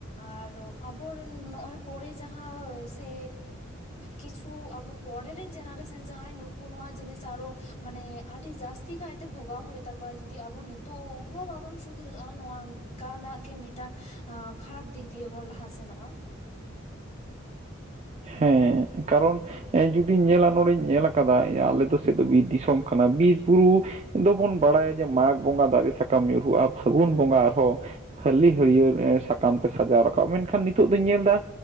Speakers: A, on the left (about 35°); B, on the right (about 30°).
A: ᱟᱨ ᱟᱵᱚᱨᱤᱱ ᱱᱚᱜᱼᱚᱭ ᱯᱚᱨᱮ ᱡᱟᱦᱟᱸ ᱥᱮ ᱠᱤᱪᱷᱩ ᱟᱵᱚ ᱯᱚᱨᱮ ᱨᱤᱱ ᱡᱮᱱᱮᱨᱮᱥᱚᱱ ᱡᱟᱦᱟᱸᱭ ᱱᱩᱠᱩ ᱱᱚᱣᱟ ᱡᱤᱱᱤᱥ ᱥᱟᱹᱨᱚ ᱢᱟᱱᱮ ᱟᱹᱰᱤ ᱡᱟᱹᱥ ᱪᱤ ᱠᱟᱭᱛᱮ ᱵᱷᱚᱜᱟᱣ ᱦᱩᱭᱩᱜ ᱛᱟᱠᱚᱣᱟ ᱡᱩᱫᱤ ᱟᱵᱚ ᱱᱤᱛᱚᱜ ᱦᱚᱸ ᱵᱟᱵᱚᱱ ᱥᱩᱫᱷᱨᱟᱹᱜᱼᱟ ᱱᱚᱣᱟ ᱠᱟᱱᱟᱜ ᱜᱮ ᱢᱤᱫᱴᱟᱝ ᱠᱷᱟᱨᱟᱯ ᱫᱤᱠ ᱫᱤᱭᱮ ᱵᱚᱱ ᱞᱟᱦᱟ ᱥᱮᱱᱚᱜᱼᱟ
B: ᱦᱮᱸ ᱠᱟᱨᱚᱱ ᱮ ᱡᱩᱫᱤᱢ ᱧᱮᱞᱟ ᱱᱚᱸᱰᱮᱧ ᱧᱮᱞ ᱟᱠᱟᱫᱟ ᱟᱞᱮ ᱫᱚ ᱥᱮᱫ ᱫᱚ ᱵᱤᱨ ᱫᱤᱥᱚᱢ ᱠᱟᱱᱟ ᱵᱤᱨ ᱵᱩᱨᱩ ᱫᱚᱵᱚᱱ ᱵᱟᱲᱟᱭᱟ ᱡᱮ ᱢᱟᱜᱽ ᱵᱚᱸᱜᱟ ᱫᱟᱨᱮ ᱥᱟᱠᱟᱢ ᱧᱩᱨᱦᱩᱜᱼᱟ ᱯᱷᱟᱹᱜᱩᱱ ᱵᱚᱸᱜᱟ ᱟᱨᱦᱚᱸ ᱦᱟᱹᱞᱤ ᱦᱟᱹᱲᱭᱟᱹᱲ ᱮᱸ ᱥᱟᱠᱟᱢ ᱛᱮ ᱥᱟᱡᱟᱣ ᱨᱟᱠᱟᱵ ᱢᱮᱱᱠᱷᱟᱱ ᱱᱤᱛᱚᱜ ᱫᱚᱧ ᱧᱮᱞ ᱫᱟ